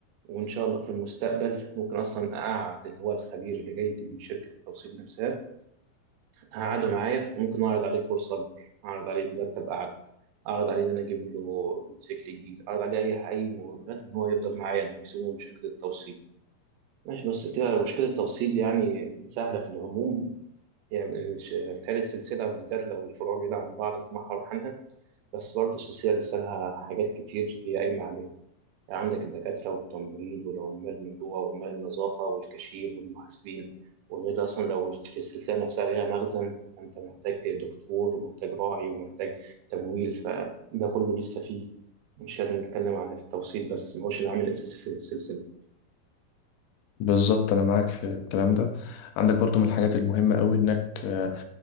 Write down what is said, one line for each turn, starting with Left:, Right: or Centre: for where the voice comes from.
Right: وان شاء الله في المستقبل ممكن اصلا اقعد اللي هو الخبير اللي جاي لي من شركه التوصيل نفسها هقعده معايا وممكن اعرض عليه فرصه اكبر اعرض عليه مرتب اعلى اعرض عليه ان انا اجيب له موتوسيكل جديد اعرض عليه اي اي مغريات ان هو يفضل معايا انه يسوقه من شركه التوصيل ماشي بس كده مشكله التوصيل يعني سهله في العموم يعني الش- بتهيألي السلسله بالذات لو الفروع بعيده عن بعض في محور عنها بس برضه السلسله لسه لها حاجات كتير هي قايمه عليها يعني عندك الدكاترة والتمريض والعمال من جوه وعمال النظافة والكاشير والمحاسبين وغير أصلا لو السلسلة نفسها ليها مخزن فأنت محتاج دكتور ومحتاج راعي ومحتاج تمويل فده كله لسه فيه مش لازم نتكلم عن التوصيل بس ما هوش العامل الأساسي في السلسلة
Left: بالظبط انا معاك في الكلام ده عندك برضو من الحاجات المهمة قوي انك آه،